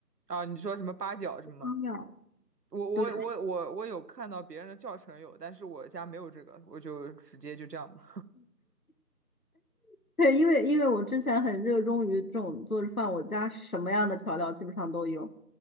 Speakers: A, on the right; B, on the left.
A: 啊，你说什么八角什么吗？
B: 汤料，
A: 我我我我我有看到别人的教程有，
B: 对，
A: 但是我家没有这个，我就直接就这样吧。
B: <laughs> 对，因为因为我之前很热衷于这种做着饭，我家什么样的调料基本上都有。